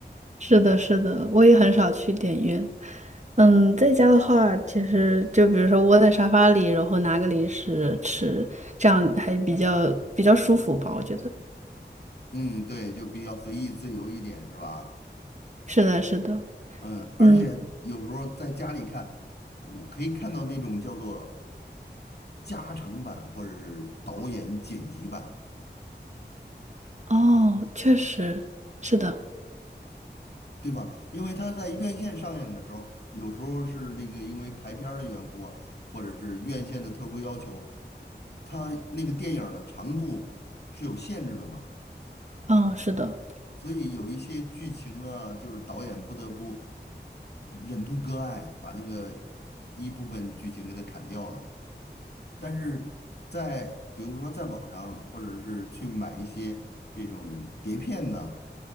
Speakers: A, on the right (about 40°); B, on the left (about 65°).
A: 是的，是的，我也很少去电影院。嗯，在家的话，其实就比如说窝在沙发里，然后拿个零食吃，这样还比较比较舒服吧，我觉得。
B: 嗯，对，就比较随意自由一点，是吧？
A: 是的，是的，
B: 嗯，而且有时候在家里看，
A: 嗯，
B: 我可以看到那种叫做加长版或者是导演剪辑版，
A: 哦，确实是的，
B: 对吧？因为他在院线上映的时候，有时候是那个因为排片儿的缘故啊或者是院线的特殊要求，他那个电影儿的长度是有限制的嘛。
A: 哦，是的，
B: 所以有一些剧情啊，就是导演不得不忍痛割爱，把那个一部分剧情给它砍掉了。但是在比如说在网上，或者是去买一些这种碟片呢，